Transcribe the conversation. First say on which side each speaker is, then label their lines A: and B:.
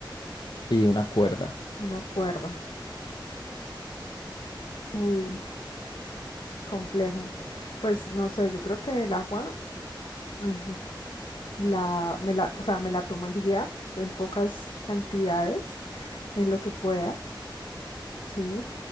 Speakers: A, on the left; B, on the left.
A: Y una cuerda.
B: una cuerda. Uy, complejo. Pues no sé, yo creo que el agua l- la, me la, o sea, me la tomaría en pocas cantidades, en lo que pueda, sí.